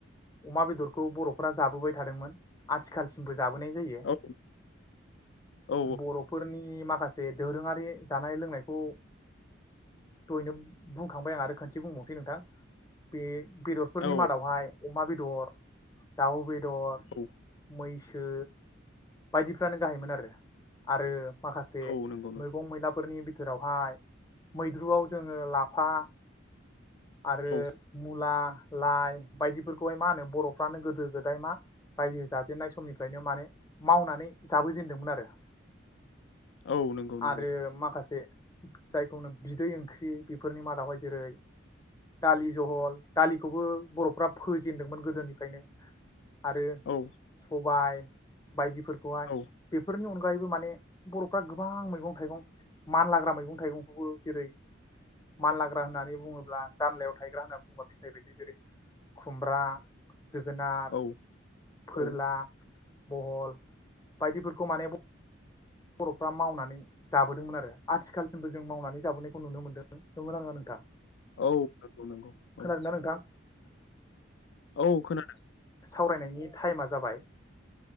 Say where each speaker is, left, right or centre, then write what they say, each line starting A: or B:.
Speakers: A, on the left; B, on the left.
A: अमा बेदरखौ बर'फोरा जाबोबाय थादोंमोन आथिखालसिमबो जाबोनाय जायो
B: औ औ
A: बरफोरनि माखासे दोरोङारि जानाय लोंनायखौ दहयनो बुंखांबाय आं आरो खोनसे बुंबावनोसै नोंथां बे बेदरफोरनि
B: औ
A: मादावहाय अमा बेद दर दाव बे दर
B: औ
A: मै सो बायदिफ्रानो गाहायमोन आरो आरो माखासे
B: औ नंगौ नंगौ
A: मैगं मैला फोरनि बिथोरावहाय मैद्रुयाव जोङो ला फा आरो
B: औ
A: मुला लाइ बायदिफोरखौहाय मा होनो बर'फ्रानो गोदो गोदाय मा रायजो जाजेननाय समनिफ्रायनो माने मावनानै जाबोजेनदोंमोन आरो।
B: औ नंगौ नंगौ
A: आरो माखासे जायखौ होनो बिदै ओंख्रि। फोरनि मादावहाय जेरै दालि जहल दालिखौबो बर'फ्रा फोजेनदोंमोन गोदोनिफ्रायनो। आरो
B: औ
A: सबाय बायदिफोरखौहाय
B: औ
A: बेफोरनि अन गायैबो माने बरफ्रा गोबां मैगं थाइगं मानलाग्रा मैगं थाइगंखौबो जेरै मानलाग्रा होननानै बुङोब्ला जानलायाव थायग्रा होननानै बुङोबा फिथाइ बायदि जेरै खुमब्रा जोगोनार
B: औ
A: फोरला
B: औ
A: बहल बायदिफोरखौ माने ब बर'फ्रा मावनानै जाबोदोंमोन आरो आथिखालसिमबो जों मावनानै जाबोनायखौ नुनो मोनदों नंगौना नोङा नोंथां?
B: औ नंगौ नंगौ
A: खोनादोंना
B: औ।
A: नोंथां
B: औ खोनादों।
A: सावरायनायनि टाइमा जाबाय।